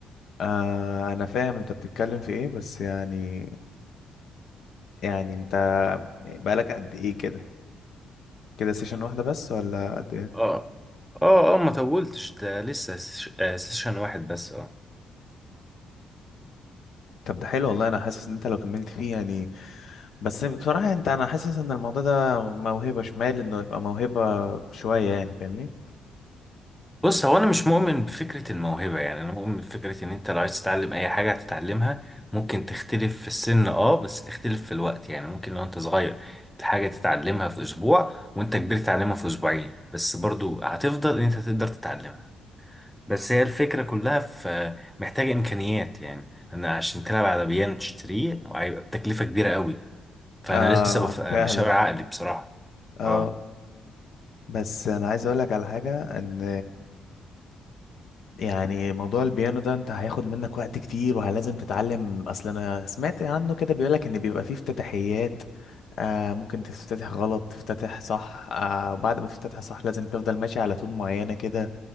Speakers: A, on the left; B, in the centre.
A: آه انا فاهم انت بتتكلم في ايه بس يعني يعني انت بقالك قد ايه كده كده سيشن واحدة بس ولا قد ايه
B: اه اه اه ما طولتش ده لسه ش- آه، سيشن واحد بس اه
A: طب ده حلو والله انا حاسس ان انت لو كملت فيه يعني بس بصراحة يعني انت انا حاسس ان الموضوع ده موهبة شمال انه يبقى موهبة شوية يعني فاهمني
B: بص هو انا مش مؤمن بفكرة الموهبة يعني انا مؤمن بفكرة ان انت لو عايز تتعلم اي حاجة هتتعلمها ممكن تختلف في السن اه بس تختلف في الوقت يعني ممكن لو انت صغير الحاجة تتعلمها في اسبوع وانت كبير تتعلمها في اسبوعين بس برضو هتفضل ان انت تقدر تتعلمها بس هي الفكرة كلها في محتاجة امكانيات يعني انا عشان تلعب على بيانو تشتريه هيبقى بتكلفة كبيرة قوي فانا
A: آه
B: لسه بف- بشاور
A: فعلا
B: عقلي بصراحة
A: اه
B: اه
A: بس انا عايز اقول لك على حاجه ان يعني موضوع البيانو ده انت هياخد منك وقت كتير وهلازم تتعلم اصل انا سمعت عنه كده بيقول لك ان بيبقى فيه افتتاحيات آه ممكن تفتتح غلط تفتتح صح آه بعد ما تفتتح صح لازم تفضل ماشي على تون معينه كده